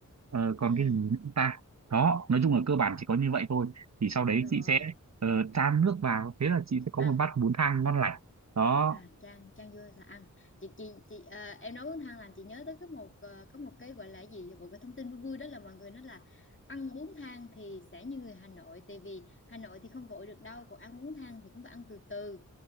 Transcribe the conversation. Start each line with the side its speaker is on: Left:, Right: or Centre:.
Right: ờ, còn
Left: ừ
Right: cái gì nữa ta đó nói chung là cơ bản chỉ có như vậy thôi thì sau đấy
Left: rồi
Right: chị sẽ ờ, chan nước vào thế là chị sẽ có
Left: ăn
Right: một bát bún thang ngon lành đó
Left: à Trang Trang vô là ăn chị chị chị à, em nói bún thang làm chị nhớ tới cái một ờ, có một cái gọi là gì một cái thông tin vui vui đó là mọi người nói là ăn bún thang thì sẽ như người Hà Nội tại vì Hà Nội thì không vội được đâu còn ăn bún thang thì cũng phải ăn từ từ